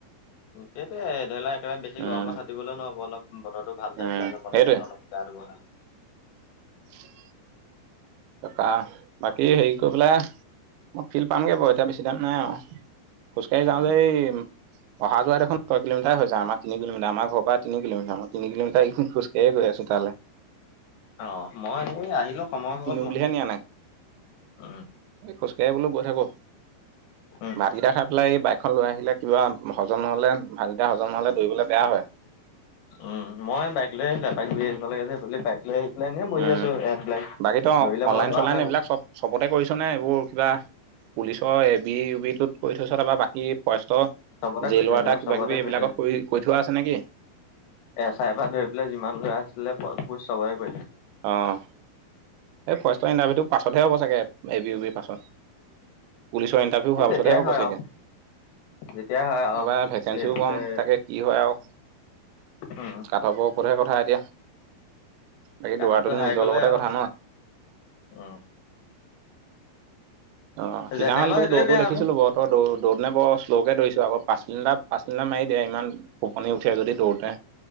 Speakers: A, on the left; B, on the right.
A: সেইটোয়ে ধৰি ল, একেবাৰে বেছি
B: উম,
A: গৰমত সাতুৰিবলৈ নহ'ব অলপ বতৰটো ভাল
B: উম,
A: চাই পেলাই যাব
B: সেইটোৱে
A: লাগে অলপ। গা ধুবলে।
B: উম্, তাৰপা, বাকী হেৰি কৰি পেলাই মই ফিল্ড পামগে বাৰু এতিয়া বেছি টাইম নাই আৰু খোজকাঢ়ি যাওঁতে
A: উম,
B: এই। অহা যোৱা দেখোন ছয় কিলোমিাৰ হৈ যায়, আমাৰ তিনি কিলোমিটাৰ আমাৰ ঘৰৰ পৰা তিনি কিলোমিটাৰ আমাৰ তিনি কিলোমিটাৰ দেখোন খোজকাঢ়ি গৈছো তালৈ।
A: অ', মই এই আহিলো, সময় হ'ল।
B: উলিয়াই নিয়া নাই।
A: উম্,
B: এই খোজকাঢ়ি বোলো গৈ থাকো,
A: উম,
B: ভাতকেইটা খাই এইফালে এই বাইকখন লৈ আহিলে কিবা হজম নহ'লে ভাত কেইটা হজম নহ'লে, দৌৰিবলৈ বেয়া হয়।
A: উম্, মই বাইক লৈ আহিলোঁ, এপাক ঘূৰি আহিব লাগে যে সেইফালেদি বাইক লৈ আহ এনেই বহি
B: উম
A: আছো, এবিলাইক
B: বাকী তই
A: দৰিলে
B: অনলাইন
A: মই দৰা
B: চনলাইন
A: নাই
B: এইবিলাক
A: বাৰু।
B: চব চবতে কৰিছ নে এইবোৰ কিবা। পুলিচৰ এবি বি, ইউ বি কৈ থৈছ নে, তাৰপৰা বাকী ফৰেষ্টৰ।
A: চবতে
B: জেইল
A: কৰি থৈ আহিছোঁ
B: ৱাটাৰ
A: মই
B: কিবা
A: চবতে
B: কিবি এইবিলাকত
A: কৰি
B: কৰি থোৱা আছে নেকি?
A: এচ আই পৰা ধৰি পেলাই যিমান বিলাক আছিলে, সেইবোৰ চবৰে কৰিলোঁ।
B: অ'। এই ফাষ্টৰ ইণ্টাৰভিউটো পাছত হে হ'ব চাগে, এ বি ইউ বিৰ পাছত পুলিচৰ ইণ্টাৰভি হেইটো
A: এই
B: হোৱাৰ
A: যেতিয়াই
B: পাছহে হ'ব
A: হয়
B: চাগে।
A: আৰু যেতিয়াই হয়
B: এইবাৰ
A: আৰু
B: ভেকেঞ্চিও
A: এই বছৰে
B: কম তাকে কি হয় আৰু।
A: উম,
B: কাঠপৰ ওপৰতহে কথা এতিয়া। বাকী
A: কাটঅফটো
B: দৰাটোতো
A: হাই
B: নিজৰ
A: গ'লে
B: লগতে
A: আৰু
B: কথা ন'।
A: উম।
B: অ' সিদিনাখন
A: জেনেৰেলৰ
B: তোৰ
A: সেইটোৱে
B: দৌৰতো
A: বেয়া
B: দেখিছিলোঁ
A: আকৌ
B: বাৰুত। তই দৌৰ দৌৰ নাপাওঁ শ্ল'কে দৌৰিছ আকৌ, পাঁচ কিলোমিটাৰ পাঁচ কিলোমিটাৰ মাৰি দে। ইমান টোপনি উঠে যদি দৌৰোতে।